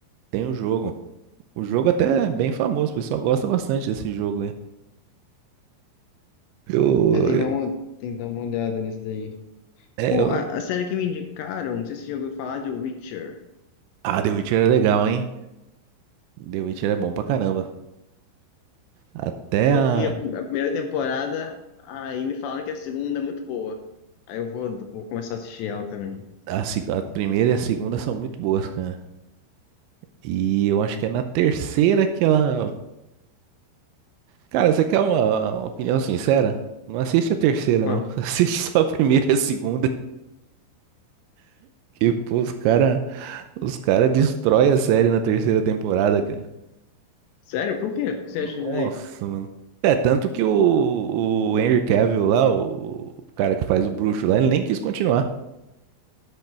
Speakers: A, on the right; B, on the left.
A: tem o jogo. O jogo até é bem famoso, o pessoal gosta bastante desse jogo, hein? Eu,
B: É, tem que dar uma, tem que dar uma olhada nisso daí.
A: é,
B: Pô,
A: eu-
B: a, a série que me indicaram, não sei se você já ouviu falar de Witcher.
A: Ah, The Witcher é legal, hein? The Witcher é bom pra caramba. Até
B: Eu
A: a,
B: vi a, a primeira temporada, aí me falaram que a segunda é muito boa. Aí eu vou, vou começar a assistir ela também.
A: a, se- a primeira e a segunda são muito boas, cara. E eu acho que é na terceira que ela. Cara, você quer uma, uma opinião sincera? Não assiste a terceira,
B: Pô,
A: não. <laughs> Assiste só a primeira e a segunda. Que, pô, os cara, os cara destrói a série na terceira temporada, cara.
B: sério? Por quê? Por que você
A: Nossa,
B: acha isso aí?
A: mano. É, tanto que o, o Henry Cavill lá, o, o cara que faz o bruxo lá, ele nem quis continuar.